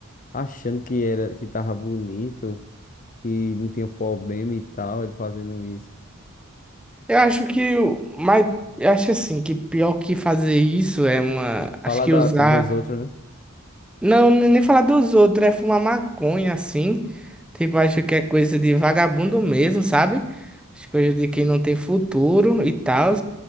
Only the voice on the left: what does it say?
achando que era, que tava bonito, que não tinha problema e tal, ele fazendo isso.
Falar
da,
dos outros, né?